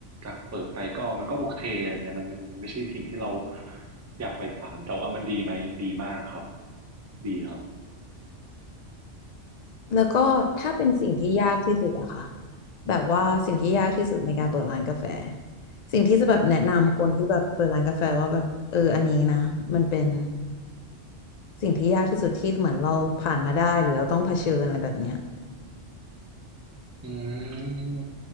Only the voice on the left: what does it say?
แล้วก็ถ้าเป็นสิ่งที่ยากที่สุดอะค่ะแบบว่าสิ่งที่ยากที่สุดในการเปิดร้านกาแฟสิ่งที่จะแบบแนะนำคนที่แบบเปิดร้านกาแฟว่าแบบเอออันนี้นะมันเป็น สิ่งที่ยากที่สุดที่เหมือนเราผ่านมาได้หรือเราต้องเผชิญอะไรแบบเนี้ย